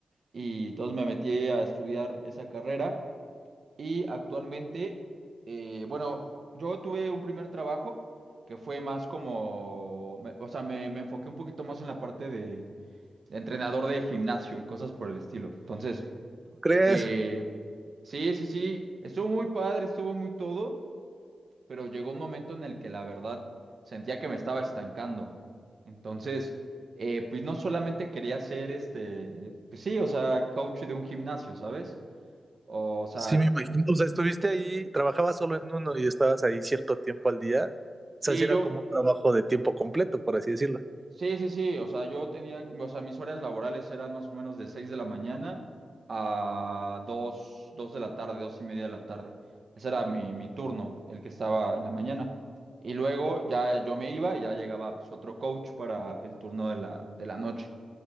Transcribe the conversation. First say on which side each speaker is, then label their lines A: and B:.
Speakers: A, on the right (about 60°); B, on the right (about 30°).
A: y entonces me metí a estudiar esa carrera y actualmente, eh, bueno, yo tuve un primer trabajo que fue más como, me- o sea, me, me enfoqué un poquito más en la parte de, de entrenador de gimnasio y cosas por el estilo. Entonces,
B: ¿Crees?
A: eh, sí, sí, sí, estuvo muy padre, estuvo muy todo, pero llegó un momento en el que la verdad sentía que me estaba estancando. Entonces, eh, pues no solamente quería ser este, pues sí, o sea, coach de un gimnasio, ¿sabes? O sea,
B: Sí, me imagino. O sea, estuviste ahí, trabajabas solo en uno y estabas ahí cierto tiempo al día. O
A: sí,
B: sea, sí era
A: yo,
B: como un trabajo de tiempo completo, por así decirlo.
A: sí, sí, sí, o sea, yo tenía, o sea, mis horas laborales eran más o menos de 6 de la mañana a dos 2 de la tarde, dos y media de la tarde. Ese era mi, mi turno, el que estaba en la mañana. Y luego ya yo me iba y ya llegaba pues, otro coach para el turno de la, de la noche.